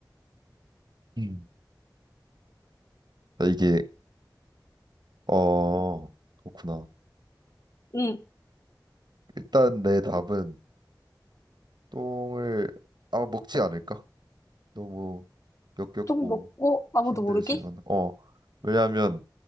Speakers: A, on the right (about 70°); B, on the left (about 40°).
A: 음. 아, 이게 어 그렇구나.
B: 응,
A: 일단 내 답은
B: 너,
A: 똥을 아마 먹지 않을까? 너무 역겹고
B: 똥 먹고 아무도
A: 힘들지만
B: 모르게?
A: 어 왜냐하면